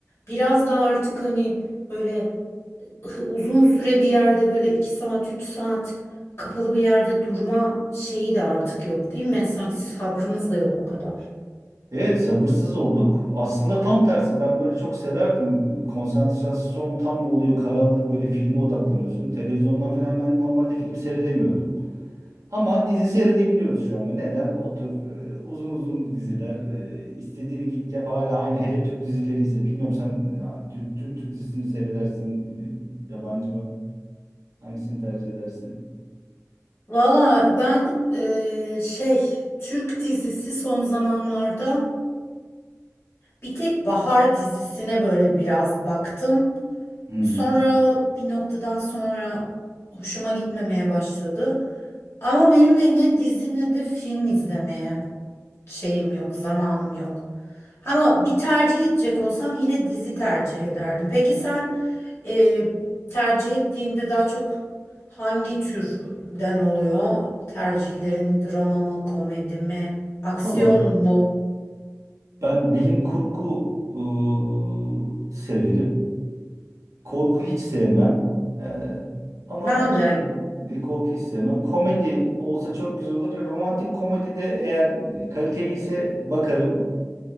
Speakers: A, on the left; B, on the right.
A: Biraz daha artık hani böyle hı- uzun süre bir yerde böyle iki saat, üç saat kapalı bir yerde durma şeyi de artık yok değil mi? Sanki sabrımız da yok o kadar.
B: Evet sabırsız olduk. Aslında tam tersi ben böyle çok severdim. Konsantrasyon tam mı oluyor karanlık böyle filme odaklanıyorsun. Televizyondan falan ben normalde film seyredemiyordum. Ama dizi seyredebiliyoruz şu anda. Neden? Otur e, uzun uzun diziler e, istediğini git yap hala aynı. Hele Türk dizileri ise bilmiyorum sen e, Türk, Türk, Türk dizisini mi seyredersin e, yabancı mı? Hangisini tercih edersin?
A: Valla ben eee, şey Türk dizisi son zamanlarda bir tek Bahar dizisine böyle biraz baktım.
B: Hmm.
A: Sonra bir noktadan sonra hoşuma gitmemeye başladı. Ama benim de ne dizi ne de film izlemeye şeyim yok, zamanım yok. Ama bir tercih edecek olsam yine dizi tercih ederdim. Peki sen e, tercih ettiğinde daha çok hangi türden oluyor? Tercihlerin drama mı, komedi mi, aksiyon
B: Valla
A: mu?
B: ben bilim kurgu ıı, severim. Korku hiç sevmem. Ee, ama
A: Ben de
B: şey e, korku hiç sevmem. Komedi olsa çok güzel olur. Romantik komedi de eğer e, kaliteli ise bakarım.